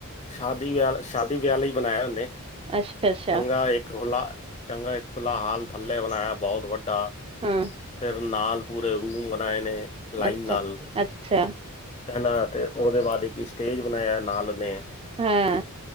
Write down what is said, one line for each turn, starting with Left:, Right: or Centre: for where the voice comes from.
Left: ਸ਼ਾਦੀ ਵਿਆਹ ਸ਼ਾਦੀ ਵਿਆਹਲੀ ਲਈ ਬਣਾਇਆ ਉਹਨੇ
Right: ਅੱਛਾ,
Left: ਚੰਗਾ
Right: ਅੱਛਾ
Left: ਇੱਕ ਹੋਲਾ ਚੰਗਾ ਇੱਕ ਖੁੱਲਾ ਥੱਲੇ ਬਣਾਇਆ ਬਹੁਤ ਵੱਡਾ
Right: ਹਾਂ।
Left: ਤੇ ਨਾਲ ਪੂਰੇ ਰੂਮ ਬਣਾਏ ਨੇ ਲਾਈਨ
Right: ਅੱਛਾ,
Left: ਨਾਲ
Right: ਅੱਛਾ
Left: ਹਨਾ ਤੇ ਉਹਦੇ ਬਾਅਦ ਕੀ ਸਟੇਜ ਬਣਾਇਆ ਨਾਲ ਨੇ,
Right: ਹਾਂ।